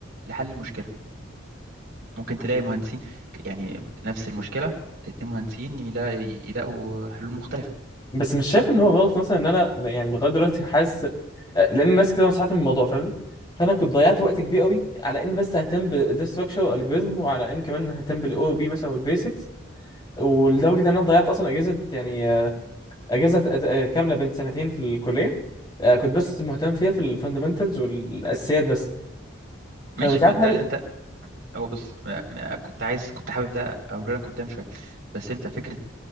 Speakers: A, on the right; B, on the left.
A: لحل المشكلة ممكن تلاقي مهندسين ك- يعني نفس المشكلة الاتنين مهندسين يلاقي يلاقوا حلول مختلفة
B: بس مش شايف ان هو غلط مثلا ان انا يعني لغايه دلوقتي حاسس لان الناس كده نصحتني من الموضوع فاهمني فانا كنت ضيعت وقت كبير قوي على ان بس اهتم بالديستراكشر والالجوريزم وعلى ان كمان اهتم بالاو بي مثلا والبيسكس ولدرجه ان انا ضيعت اصلا اجازه يعني آه، اجازه أت- آه، كامله بين سنتين في الكليه آه، كنت بس مهتم فيها في الفاندمنتالز والاساسيات بس فمش
A: ماشي
B: عارف
A: ما ده
B: هل
A: انت هو بص ما- ما- كنت عايز كنت حابب ده اقول لك قدام شوية بس انت فكرة